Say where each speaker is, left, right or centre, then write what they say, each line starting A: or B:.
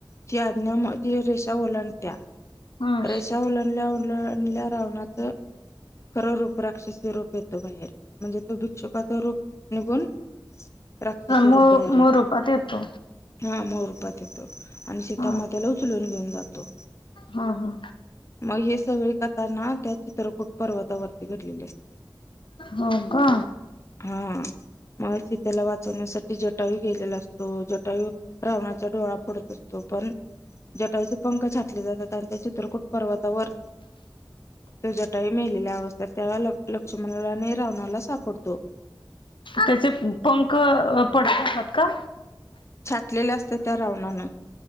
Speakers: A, on the left; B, on the left.
A: ती आज्ञा म त रेषा ओलाडतात आणि त्या
B: हा
A: रेषा उलाडल्या उलाडल्या रावणाचं. खरं रूप राक्षसी रूप येतो बाहेर म्हणजे तो भिक्षुकाच रूप निघून राक्षसी
B: मू
A: रूप बाहेर येत.
B: मूळ रूपात येतो
A: हा मूळ रुपात येतो आणि सीतामातेला
B: हा.
A: उचलून घेऊन जातो.
B: हा हा.
A: मग हे सगळे कथना त्या चित्रकूट पर्वतावरती घडलेले असते.
B: हो का?
A: हा मग त त्याला वाचवण्यासाठी जटायू गेलेला असतो जटायू रावणाचा डोळा फडत असतो पण जटाचे पंख छाटले जातात आणि त्या चित्रकूट पर्वतावर तो जटाइ मेलेल्या अवस्थेत त्या लक्ष्मणाला आणि रावणाला सापडतो.
B: त्याचे पंख पडत असातात का?
A: छाटलेले असते त्या रावणान.